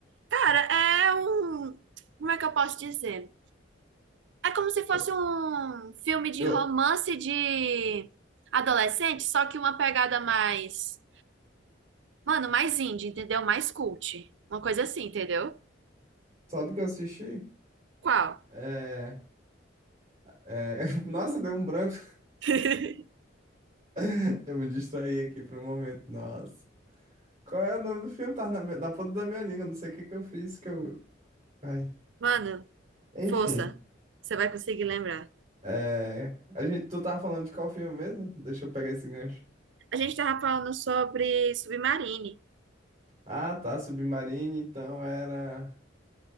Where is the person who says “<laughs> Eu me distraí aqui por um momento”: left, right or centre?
Right